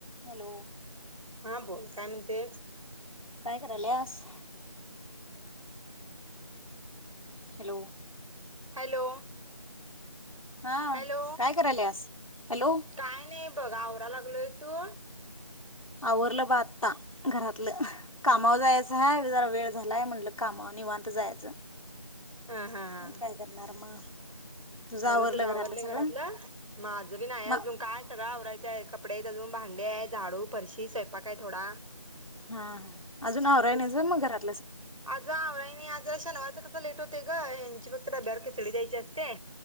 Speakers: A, on the left; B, on the right.
A: Hello
B: हा बोल काय म्हण ते
A: काय करायल्यास हॅलो
B: हॅलो
A: हा
B: हॅलो
A: काय करायल्यास हॅलो
B: काय नाही बघ आवराय लागलोय तू
A: आवरलं ब आत्ता घरातलं कामावर जायचं हाय जरा वेळ झालाय म्हटलं कामावर निवांत जायाचं
B: हा हा
A: काय करनार मग तुझं
B: झालं
A: आवरलं
B: तुज
A: घरातलं
B: आवरलंय
A: सगळं?
B: घरातलं माझं बी नाय
A: म
B: अजून
A: हा
B: काय सगळं आवरायचं कपडे आयेत अजून भांडे आहेत झाडू फरशी स्वयंपाक आहे थोडा
A: हा हा अजून आवराय
B: ते
A: नाहीच वे मग घरात
B: आज आवराय नाही आज शनिवार कस लेट होतय ग ह्यांची फक्त डब्यांवर खचडी द्यायची असते